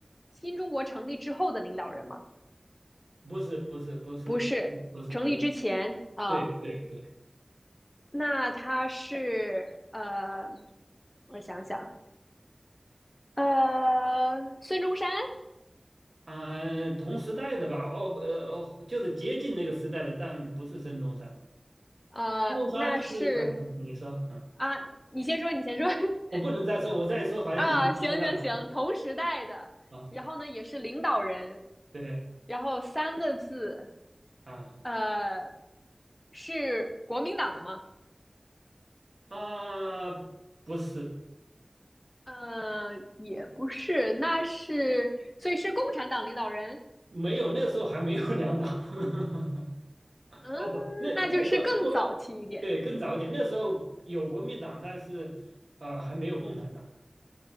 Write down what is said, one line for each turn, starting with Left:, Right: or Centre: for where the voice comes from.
Left: 新中国成立之后的领导人吗？
Right: 不是不是不是不是不是，
Left: 不是，成立之前啊、
Right: 对对对对，
Left: 呃那他是呃，我想想，呃，孙中山，
Right: 啊、同时代的吧，哦呃哦，就是接近那个时代的，但不是孙中山。
Left: 呃，
Right: 孙中山是，
Left: 那是
Right: 嗯、嗯你说，嗯，
Left: 啊，你先说，你先说 <laughs>
Right: 我不能再说，我再说好像你就猜到了，
Left: 啊，行行行，同时代的。
Right: <laughs> 啊，
Left: 然后呢，也是领导人
Right: 对，
Left: 然后三个字，
Right: 啊
Left: 呃，是国民党的吗？
Right: 啊，不是，
Left: 呃，也不是，那是，所以是共产党领导人。
Right: 没有，那时候还没有两党，<laughs> 哦不，
Left: 嗯，
Right: 那那时候不不，
Left: 那就是更早期一点。
Right: 对，更早一点，那时候有国民党，但是呃还没有共产党